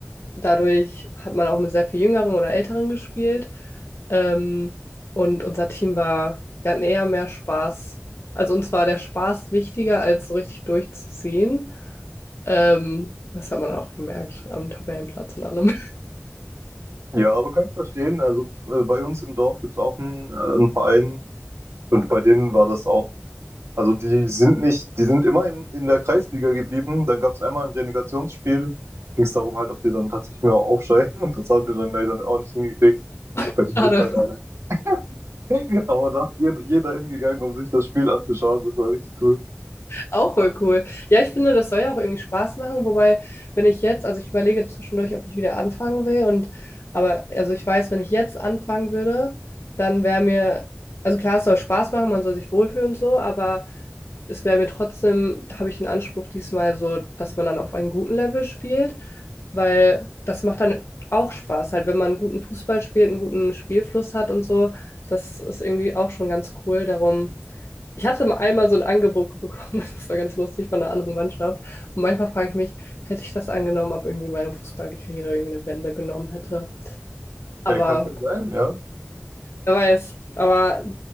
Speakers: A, on the left (about 70°); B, on the right (about 85°).
A: dadurch hat man auch mit sehr viel Jüngeren oder Älteren gespielt. Ähm, und unser Team war wir hatten eher mehr Spaß. Also uns war der Spaß wichtiger, als so richtig durchzuziehen. Ähm, das hat man auch gemerkt am Tabellenplatz und allem.
B: Ja, aber kann ich verstehen. Also äh, bei uns im Dorf gibt es auch einen, äh, einen Verein und bei denen war das auch. Also die sind nicht, die sind immer in, in der Kreisliga geblieben. Dann gab es einmal ein Relegationsspiel. Ging es darum halt, ob die dann tatsächlich mehr aufsteigen. <laughs> Und das haben die dann leider auch nicht hingekriegt.
A: <laughs>
B: Bei
A: Schade.
B: denen geht's halt auch <laughs> Aber da ist jeder, jeder hingegangen, um sich das Spiel anzuschauen. Das war richtig cool.
A: Auch voll cool. Ja, ich finde, das soll ja auch irgendwie Spaß machen, wobei, wenn ich jetzt, also ich überlege zwischendurch, ob ich wieder anfangen will und aber also ich weiß, wenn ich jetzt anfangen würde, dann wäre mir, also klar, es soll Spaß machen, man soll sich wohlfühlen und so, aber es wäre mir trotzdem, habe ich den Anspruch diesmal so, dass man dann auf einem guten Level spielt, weil das macht dann auch Spaß, halt, wenn man guten Fußball spielt, einen guten Spielfluss hat und so. Das ist irgendwie auch schon ganz cool. Darum, ich hatte mal einmal so ein Angebot bekommen, <laughs> das war ganz lustig von einer anderen Mannschaft. Und manchmal frage ich mich, hätte ich das angenommen, ob irgendwie meine Fußballkarriere irgendwie eine Wende genommen hätte. Aber
B: Äh, kann schon sein, ja.
A: Wer weiß. Aber